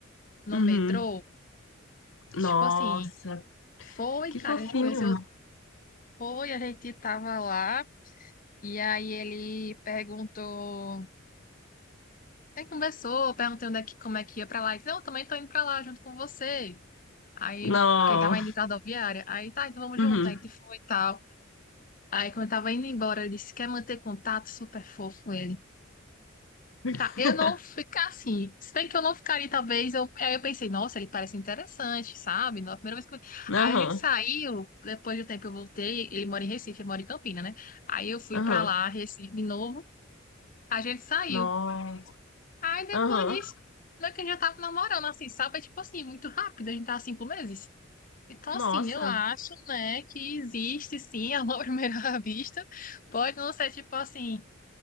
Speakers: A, on the left; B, on the left.
A: No
B: Uhum.
A: metrô. Tipo
B: Nossa,
A: assim, foi,
B: que
A: cara,
B: fofinho.
A: a gente conheceu, foi, a gente tava lá, e aí ele perguntou, aí conversou, perguntei onde é que, como é que ia pra lá. Ele disse, não, eu também tô indo pra lá junto com você. Aí,
B: Não.
A: porque ele tava indo de rodoviária, aí tá, então vamos
B: Uhum.
A: junto, aí a gente foi e tal. Aí, quando eu tava indo embora, ele disse: quer manter contato? Super fofo ele.
B: <laughs>
A: Tá, eu não ficar assim. Se bem que eu não ficaria, talvez. Eu... Aí eu pensei: nossa, ele parece interessante, sabe? Na primeira vez que eu...
B: Aham.
A: Aí a gente saiu, depois do tempo eu voltei. Ele mora em Recife, eu moro em Campina, né? Aí eu fui
B: Aham.
A: pra lá, Recife de novo. A gente saiu.
B: Nossa.
A: Aí depois
B: Aham.
A: disso, não é que a gente já tava namorando, assim, sabe? É tipo assim, muito rápido, a gente tá há cinco meses. Então,
B: Nossa.
A: assim, eu acho, né, que existe sim <laughs> amor à primeira <laughs> vista. Pode não ser tipo assim